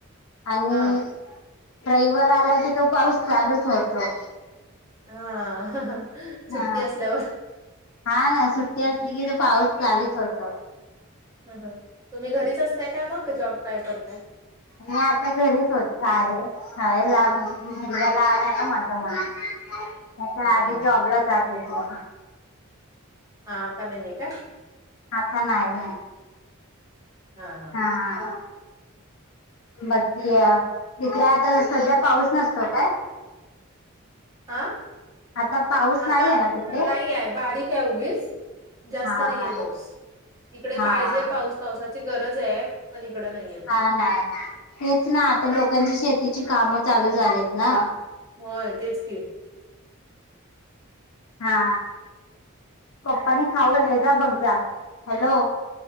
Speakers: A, on the left (about 85°); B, on the right (about 15°).
A: आणि
B: हा
A: रविवार आला की तो पाऊस चालूच होतो.
B: हा सुट्टी
A: हा
B: असल्यावर.
A: हा ना सुट्टी असली की पाऊस चालूच होतो.
B: ह हं तुम्ही घरीच असताय काय मग जॉब काय करताय?
A: मी आता घरीच होत आहे ह मु्लगा लहान आहे ना माझं म्हणून. त्याता
B: हा
A: आधी
B: हा हा
A: जॉबला जात होते.
B: हा आता नाहीये का?
A: आता नाय ह
B: हा हा
A: हां बक्की तिकडे आता सध्या पाऊस नसतो काय?
B: हा
A: आता पाऊस
B: आता
A: नाही आहे ना तिकडे
B: नाहीये बारीक आहे उगीस जास्त
A: हा
B: नाहीये
A: हा
B: पाऊस इकडे
A: हा
B: पाहिजे पाऊस पावसाची गरज आहे पण इकड नाही
A: हा ना तेच ना आता लोकांची शेतीची कामं चालू झालेत ना
B: होय तेच की
A: हा पप्पानी खाऊ आणलय का बघ जा हॅलो